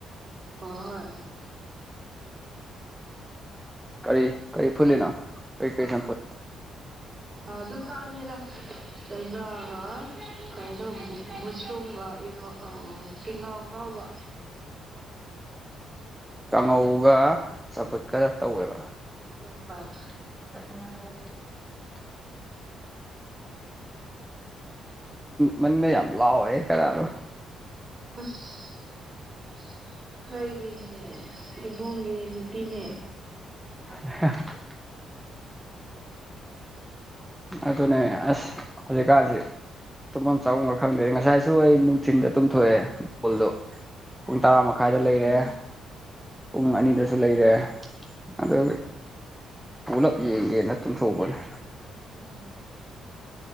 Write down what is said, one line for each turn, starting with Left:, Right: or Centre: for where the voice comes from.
Right: ꯍꯣꯏ
Centre: ꯀꯔꯤ ꯀꯔꯤ ꯐꯨꯂꯤꯅꯣ ꯀꯩ ꯀꯩ ꯆꯝꯐꯨꯠ
Right: ꯑ ꯥꯑꯗꯨ ꯈꯥꯠꯅꯦꯗ ꯀꯩꯅꯣꯒ ꯀꯩꯅꯣ ꯃꯨꯁꯂꯨꯝꯒ ꯏꯔꯣ ꯑꯥ ꯀꯤꯉꯧ ꯋꯥꯎꯕ
Centre: ꯀꯥꯡꯉꯧꯒ ꯆꯝꯐꯨꯠꯀ ꯇꯧꯋꯦꯕ
Right: ꯍꯣꯏ ꯍꯣꯏ
Centre: <unintelligible> ꯃꯅꯤꯡꯗ ꯌꯥꯝ ꯂꯥꯎꯌꯦ ꯀꯥꯅꯅꯣ
Right: <unintelligible> ꯑꯩꯒꯤ ꯏꯕꯣꯡꯒꯤ ꯅꯨꯄꯤꯅꯦ
Centre: ꯍꯍꯍ ꯑꯗꯨꯅꯦ ꯑꯁ ꯍꯧꯖꯤꯛꯀꯥꯟꯁꯤ ꯇꯨꯝꯕꯝ ꯆꯥꯕꯝꯒ ꯈꯪꯗꯦ ꯉꯁꯥꯏꯁꯨ ꯑꯩ ꯅꯨꯡꯊꯤꯟꯗ ꯇꯨꯝꯊꯣꯛꯑꯦ ꯕꯣꯜꯗꯨ ꯄꯨꯡ ꯇꯔꯥ ꯃꯈꯥꯏꯗ ꯂꯩꯔꯦ ꯄꯨꯡ ꯑꯅꯤꯗꯁꯨ ꯂꯩꯔꯦ ꯑꯗꯨ ꯄꯨꯂꯞ ꯌꯦꯡꯒꯦꯅ ꯇꯨꯝꯊꯣꯛꯄꯅꯤ
Right: <inaudible>